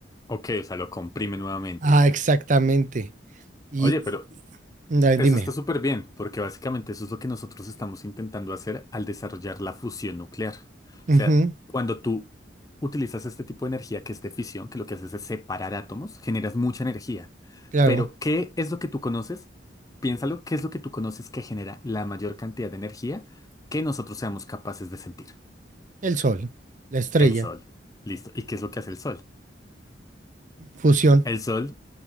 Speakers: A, on the left (about 20°); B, on the right (about 45°).
A: Ok, o sea, lo comprime nuevamente.
B: Ah, exactamente. Y,
A: Oye, pero
B: y- ah, dime,
A: eso está súper bien, porque básicamente eso es lo que nosotros estamos intentando hacer al desarrollar la fusión nuclear. O
B: Ujú,
A: sea, cuando tú utilizas este tipo de energía que es de fisión, que lo que haces es separar átomos, generas mucha energía.
B: claro,
A: Pero, ¿qué es lo que tú conoces? Piénsalo, ¿qué es lo que tú conoces que genera la mayor cantidad de energía que nosotros seamos capaces de sentir?
B: el sol, la estrella,
A: El sol. Listo. ¿Y qué es lo que hace el sol?
B: fusión,
A: El Sol